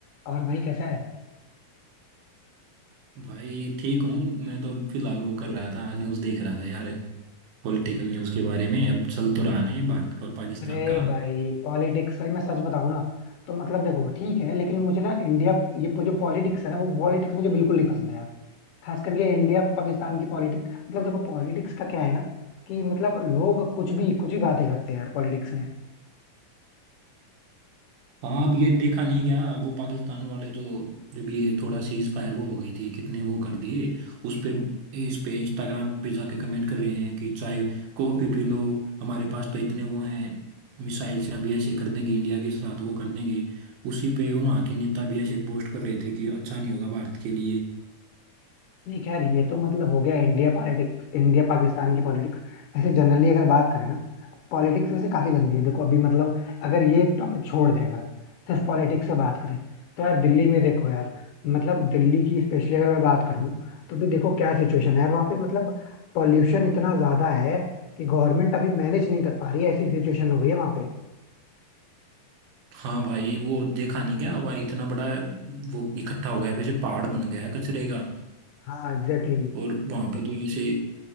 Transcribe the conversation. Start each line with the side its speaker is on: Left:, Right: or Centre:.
Left: और भाई कैसा है
Right: भाई ठीक हूँ मैं तो फिलहाल वो कर रहा था न्यूज़ देख रहा था यार पॉलिटिकल न्यूज़ के बारे में अब चल तो रहा नहीं भारत का और पाकिस्तान
Left: अरे
Right: का
Left: भाई पॉलिटिक्स भाई मैं सच बताऊं ना तो मतलब देखो ठीक है लेकिन मुझे ना इंडिया ये प- जो पॉलिटिक्स है ना वो पॉलिटिक्स मुझे बिल्कुल नहीं पसंद है यार खास करके इंडिया पाकिस्तान की पॉलिटिक्स मतलब देखो पॉलिटिक्स का क्या है ना कि मतलब लोग कुछ भी कुछ भी बातें करते हैं यार पॉलिटिक्स में
Right: हाँ अब ये देखा नहीं क्या वो पाकिस्तान वाले जो जब ये थोड़ा सीज फायर वो हो गई थी कितने वो कर दिए उस पे इस पे इंस्टाग्राम पे जाके कमेंट कर रहे हैं कि चाय कॉफी पी लो हमारे पास तो इतने वो हैं मिसाइल से अभी ऐसे कर देंगे इंडिया के साथ वो कर देंगे उसी पे वहाँ के नेता भी ऐसे पोस्ट कर रहे थे कि अच्छा नहीं होगा भारत के लिए
Left: नहीं खैर ये तो मतलब हो गया इंडिया पॉलिटिक्स इंडिया पाकिस्तान की पॉलिटिक्स वैसे जनरली अगर बात करें ना पॉलिटिक्स वैसे काफी गंदी है देखो अभी मतलब अगर ये टॉपिक छोड़ दें अगर सिर्फ पॉलिटिक्स से बात करें तो यार दिल्ली में देखो यार मतलब दिल्ली की स्पेशली अगर मैं बात करूं तो भी देखो क्या सिचुएशन है यार वहाँ पे मतलब पॉल्यूशन इतना ज्यादा है कि गवर्नमेंट अभी मैनेज नहीं कर पा रही है ऐसी सिचुएशन हो गई है वहाँ पे
Right: हाँ भाई वो देखा नहीं क्या भाई इतना बड़ा वो इकट्ठा हो गया है, वैसे पहाड़ बन गया है कचरे का
Left: हाँ एग्जैक्टली exactly.
Right: और वहां पे तो ऐसे